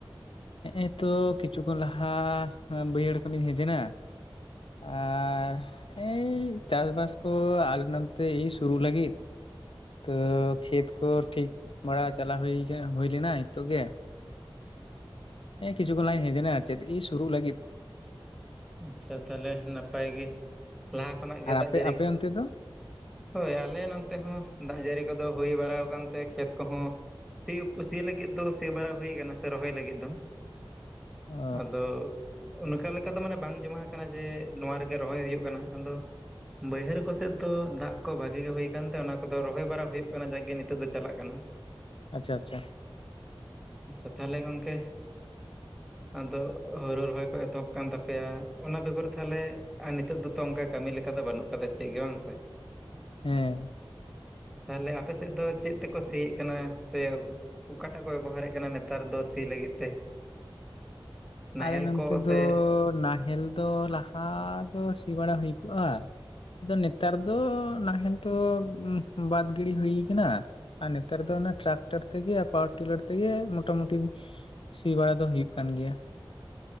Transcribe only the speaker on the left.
ᱦᱮᱸᱜᱼᱮ ᱛᱚ ᱠᱤᱪᱷᱩ ᱠᱷᱚᱱ ᱞᱟᱦᱟ ᱵᱟᱹᱭᱦᱟᱹᱲ ᱤᱧ ᱦᱮᱡ ᱮᱱᱟ ᱟᱨ ᱮᱭ ᱪᱟᱥ ᱵᱟᱥ ᱠᱚ ᱟᱞᱮ ᱱᱚᱛᱮ ᱮᱭ ᱥᱩᱨᱩᱜ ᱞᱟᱹᱜᱤᱫ᱾ ᱛᱚ ᱠᱷᱮᱛ ᱠᱚ ᱴᱷᱤᱠ ᱵᱟᱲᱟ ᱪᱟᱞᱟᱣ ᱦᱩᱭ ᱟᱠᱟᱱᱟ ᱦᱩᱭ ᱞᱮᱱᱟ ᱦᱤᱸᱛᱚᱜ ᱜᱮ᱾ ᱦᱮᱸᱜᱼᱮ ᱠᱤᱪᱷᱩ ᱠᱷᱚᱱ ᱞᱟᱦᱟᱧ ᱦᱮᱡ ᱮᱱᱟ ᱟᱨ ᱪᱮᱫ ᱤ ᱥᱩᱨᱩᱜ ᱞᱟᱹᱜᱤᱫ᱾
ᱟᱨ
ᱟᱯᱮ
ᱟᱯᱮ ᱚᱱᱛᱮ ᱫᱚ
ᱚ
ᱟᱪᱪᱷᱟ ᱟᱪᱪᱷᱟ
ᱦᱮᱸ
ᱟᱞᱮ ᱱᱚᱱᱛᱮ
ᱫᱚ
ᱱᱟᱦᱮᱞ ᱫᱚ ᱞᱟᱦᱟ ᱫᱚ ᱥᱤ ᱵᱟᱲᱟ ᱦᱩᱭ ᱠᱚᱜᱼᱟ ᱟᱫᱚ ᱱᱮᱛᱟᱨ ᱫᱚ ᱱᱟᱦᱮᱞ ᱫᱚ ᱵᱟᱫᱽ ᱜᱤᱰᱤ ᱦᱩᱭ ᱠᱟᱱᱟ ᱟᱨ ᱱᱮᱛᱟᱨ ᱫᱚ ᱚᱱᱮ ᱴᱨᱟᱠᱴᱟᱨ ᱛᱮᱜᱮ ᱯᱟᱣᱟᱨ ᱴᱤᱞᱟᱨ ᱛᱮᱜᱮ ᱢᱚᱴᱟᱢᱩᱴᱤ ᱥᱤ ᱵᱟᱲᱟ ᱫᱚ ᱦᱩᱭᱩᱜ ᱠᱟᱱ ᱜᱮᱭᱟ